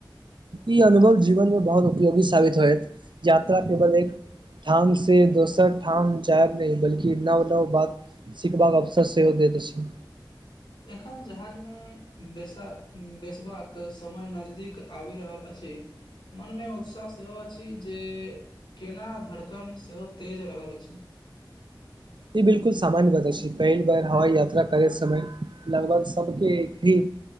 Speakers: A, on the right (about 75°); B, on the left (about 70°).
A: ई अनुभव जीवन मे बहुत उपयोगी साबित होयत यात्रा केवल एकटा से दोसर ठाम जाइब नहि बल्कि नव नव बात सिखबाक अवसर सेहो दैत अछि।
B: एखन जहाज मे बेसा बेसबाक समय नजदीक आबि रहल अछि। मनमे उत्सास सेहो अछि जे जेना धड़कन सेहो तेज रहल अछि।
A: ई बिलकुल सामान्य बता छै पहिल बेर हवाइ यात्रा करैत समय लगभग सबके एक ही